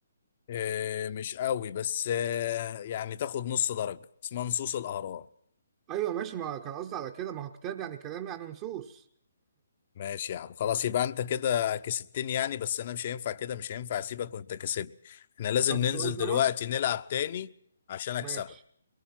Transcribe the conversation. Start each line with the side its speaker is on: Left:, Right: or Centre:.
Left: آه، مش قوي بس آه، يعني تاخد نص درجة اسمها نصوص الأهرام
Right: ايوه ماشي ما كان قصدي على كده ما هو كتاب يعني كلام يعني نصوص
Left: ماشي يا عم خلاص يبقى انت كده كسبتني يعني بس انا مش هينفع كده مش هينفع اسيبك وانت كسبني احنا لازم
Right: طب
Left: ننزل
Right: سؤال كمان
Left: دلوقتي نلعب تاني عشان اكسبك
Right: ماشي